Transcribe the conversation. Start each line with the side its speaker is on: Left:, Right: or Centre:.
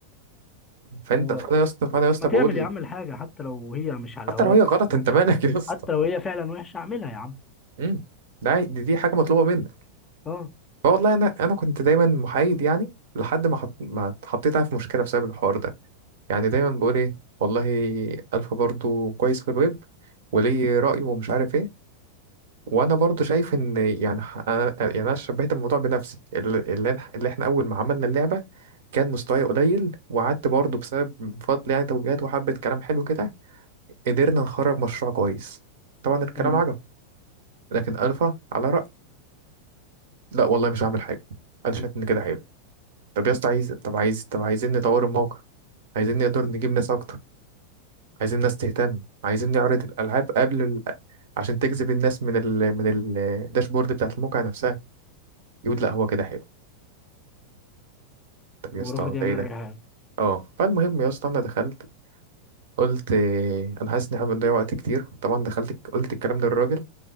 Right: فانت
Left: هو
Right: فانا يا اسطى فانا يا اسطى
Left: ما تعمل
Right: بقول
Left: يا عم الحاجه حتى لو هي مش على
Right: حتى
Left: هواك
Right: لو هي
Left: حتى
Right: غلط
Left: لو
Right: انت
Left: مش
Right: مالك
Left: عم.
Right: يا اسطى
Left: حتى لو هي فعلا وحشه اعملها يا عم
Right: امم ده عادي، دي دي حاجه مطلوبه منك
Left: اه
Right: والله انا انا كنت دايما محايد يعني لحد ما حط... ما اتحطيت أنا في مشكله بسبب الحوار ده يعني دايما بقول ايه والله الفا برضو كويس في الويب وليه راي ومش عارف ايه وانا برضو شايف ان يعني ح- انا يعني انا شبهت الموضوع بنفسي ال- اللي إح- اللي احنا اول ما عملنا اللعبه كان مستواي قليل وقعدت برضو بسبب بفضل يعني توجيهات وحبه كلام حلو كده قدرنا نخرج مشروع كويس طبعا الكلام
Left: امم
Right: عجب لكن الفا على راي لا والله مش هعمل حاجه انا شايف ان كده حلو طب يا اسطى عايز طب عايز طب عايزين نطور الموقع عايزين نقدر نجيب ناس اكتر عايزين ناس تهتم عايزين نعرض الالعاب قبل ال... عشان تجذب الناس من ال... من الداشبورد بتاعت الموقع نفسها يقول لا هو كده حلو طب يا
Left: ورافض
Right: اسطى
Left: يعمل
Right: ده ايه ده
Left: اي حاجه
Right: اه فالمهم يا اسطى انا دخلت قلت آه، انا حاسس ان احنا بنضيع وقت كتير طبعا دخلت قلت الكلام للراجل